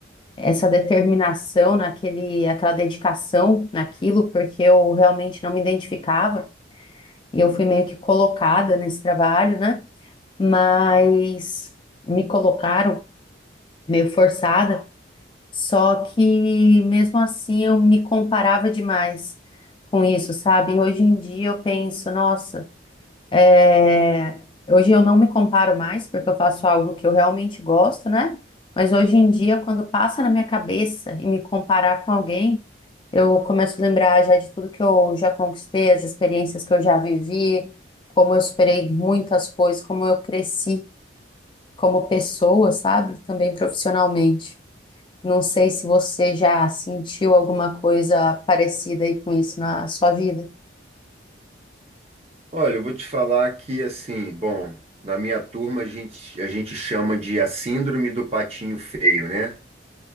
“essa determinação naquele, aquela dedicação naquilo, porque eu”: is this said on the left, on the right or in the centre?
Left